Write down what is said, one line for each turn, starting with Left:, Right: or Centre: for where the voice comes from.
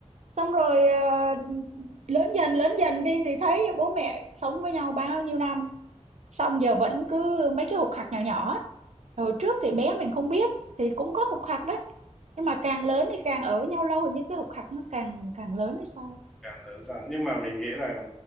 Right: xong rồi ờ, lớn dần lớn dần đi thì thấy bố mẹ sống với nhau bao nhiêu năm xong giờ vẫn cứ mấy cái khục khặc nhỏ nhỏ á. hồi trước thì bé mình không biết thì cũng có khục khặc đấy nhưng mà càng lớn thì càng ở với nhau lâu thì như cái khục khặc nó càng càng lớn hay sao
Centre: càng lớn dần nhưng mà mình nghĩ là